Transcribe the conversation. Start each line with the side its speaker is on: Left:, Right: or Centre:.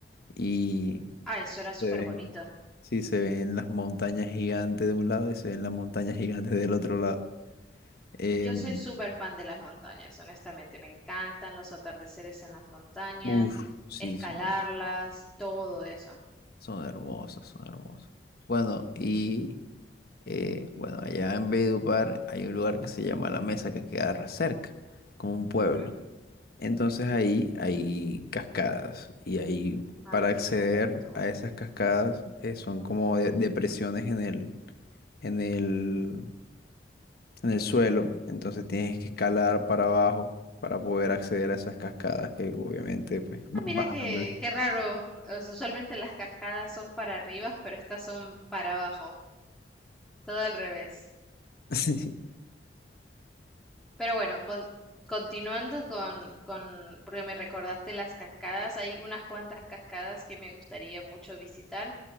Left: y
Centre: Ay, eso era súper
Left: se ven,
Centre: bonito.
Left: sí, se ven las montañas gigantes de un lado y se ven las montañas gigantes del otro lado. Em,
Centre: Yo soy súper fan de las montañas, honestamente, me encantan los atardeceres en las montañas,
Left: uf, sí,
Centre: escalarlas,
Left: son,
Centre: todo eso.
Left: son hermosos, son hermosos. Bueno, y eh, bueno, allá en Valledupar hay un lugar que se llama La Mesa que queda cerca, como un pueblo.
Centre: Ujú.
Left: Entonces ahí hay cascadas y ahí
Centre: Ay,
Left: para acceder
Centre: qué bonito.
Left: a esas cascadas eh, son como de- depresiones en el, en el, en el suelo. Entonces tienes que escalar para abajo para poder acceder a esas cascadas que obviamente pues van
Centre: Ah, mira
Left: bajando.
Centre: qué, qué raro. Usualmente las cascadas son para arriba, pero estas son para abajo, todo al revés.
Left: <laughs> Sí,
Centre: Pero bueno, con- continuando con, con, porque me recordaste las cascadas, hay unas cuantas cascadas que me gustaría mucho visitar